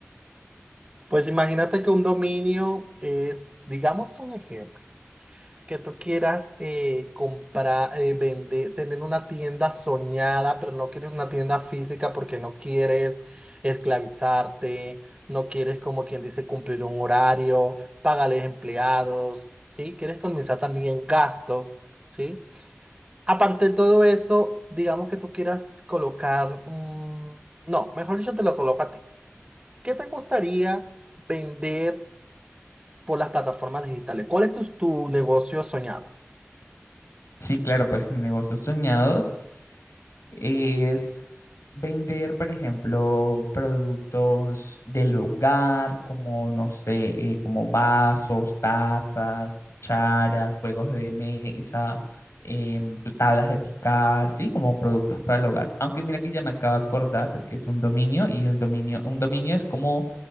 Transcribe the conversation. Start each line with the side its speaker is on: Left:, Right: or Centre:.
Right: Pues imagínate que un dominio es, digamos un ejemplo. que tú quieras eh, comprar, eh, vender, tener una tienda soñada, pero no quieres una tienda física porque no quieres esclavizarte, no quieres, como quien dice, cumplir un horario, pagarles empleados, ¿sí? Quieres comenzar también gastos, ¿sí? Aparte de todo eso, digamos que tú quieras colocar un... No, mejor dicho, te lo coloco a ti. ¿Qué te gustaría vender por las plataformas digitales? ¿Cuál es tu tu negocio soñado?
Left: Sí, claro, pues mi negocio soñado Y es vender, por ejemplo, productos del hogar, como, no sé, eh, como vasos, tazas, cucharas, juegos de mesa, em, pues, tablas de picar, ¿sí? Como productos para el hogar. Aunque mira que ya me acabo de acordar de que es un dominio y el dominio, un dominio es como